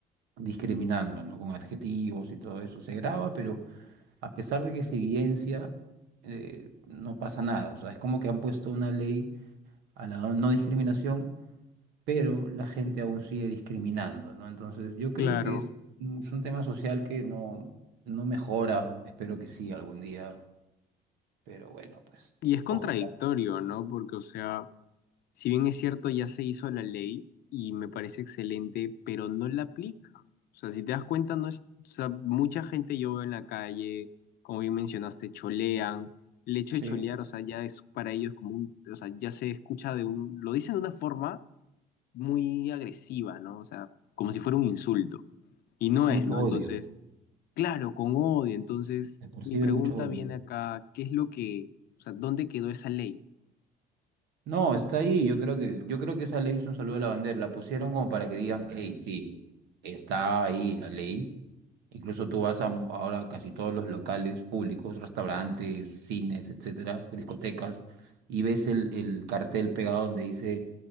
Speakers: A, on the right; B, on the left.
A: discriminando, ¿no? Con adjetivos y todo eso. Se graba, pero a pesar de que se evidencia, eh, no pasa nada. O sea, es como que han puesto una ley a la no discriminación pero la gente aún sigue discriminando, ¿no? Entonces, yo creo
B: claro.
A: que es, es un tema social que no, no mejora, espero que sí algún día, pero bueno, pues
B: Y es contradictorio,
A: ojalá.
B: ¿no? Porque, o sea, Si bien es cierto, ya se hizo la ley y me parece excelente, pero no la aplican. O sea, si te das cuenta, no es, o sea, mucha gente yo veo en la calle, como bien mencionaste, cholean. El hecho
A: Sí,
B: de cholear, o sea, ya es para ellos como un, o sea, ya se escucha de un, lo dicen de una forma muy agresiva, ¿no? O sea, como si fuera un insulto. Y no
A: mucho
B: es, ¿no?
A: odio,
B: Entonces, claro, con odio. Entonces,
A: se percibe
B: mi pregunta
A: mucho odio.
B: viene acá, ¿qué es lo que, o sea, dónde quedó esa ley?
A: No, está ahí, yo creo que, yo creo que esa ley es un saludo a la bandera, la pusieron como para que digan, hey, sí, está ahí la ley. Incluso tú vas a mu- ahora casi todos los locales públicos, restaurantes, cines, etcétera, discotecas, y ves el, el cartel pegado donde dice